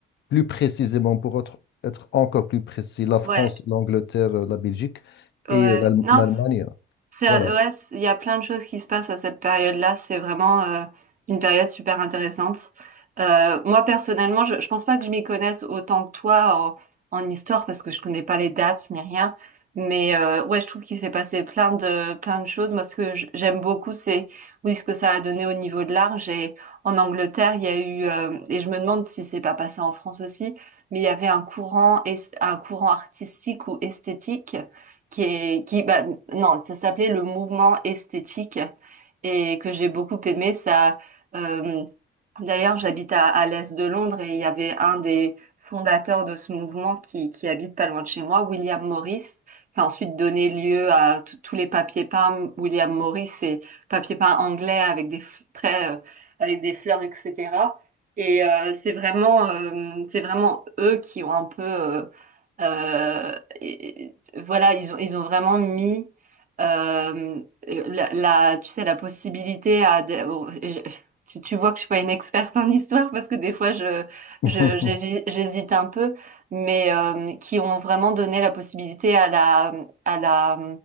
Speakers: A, on the left; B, on the right.
A: plus précisément, pour être, être encore plus précis, la France,
B: Ouais,
A: l'Angleterre, euh, la Belgique
B: ouais.
A: et euh, l'Allem-
B: Non,
A: l'Allemagne.
B: Ça,
A: Voilà.
B: ouais, c- il y a plein de choses qui se passent à cette période-là. C'est vraiment euh, une période super intéressante. Euh, moi, personnellement, je, je pense pas que je m'y connaisse autant que toi en, en histoire parce que je connais pas les dates ni rien. Mais euh, ouais, je trouve qu'il s'est passé plein de plein de choses. Moi, ce que j- j'aime beaucoup, c'est oui, ce que ça a donné au niveau de l'art. J'ai en Angleterre, il y a eu euh, et je me demande si c'est pas passé en France aussi, mais il y avait un courant es- un courant artistique ou esthétique qui est, qui, bah, non, ça s'appelait le mouvement esthétique et que j'ai beaucoup aimé. Ça, euh, D'ailleurs, j'habite à, à l'est de Londres et il y avait un des fondateurs de ce mouvement qui, qui habite pas loin de chez moi, William Morris, qui a ensuite donné lieu à tout- tous les papiers peints. William Morris, c'est papier peint anglais avec des f- traits, euh, avec des fleurs, etc. Et euh, c'est vraiment, euh, c'est vraiment eux qui ont un peu, euh, euh, et- et- voilà, ils ont, ils ont vraiment mis euh, la, la- tu sais, la possibilité à, des- tu, tu vois que je suis pas une experte en histoire parce que des fois je,
A: <laughs>
B: je- j'hési- j'hésite un peu, mais euh, qui ont vraiment donné la possibilité à la, à la, à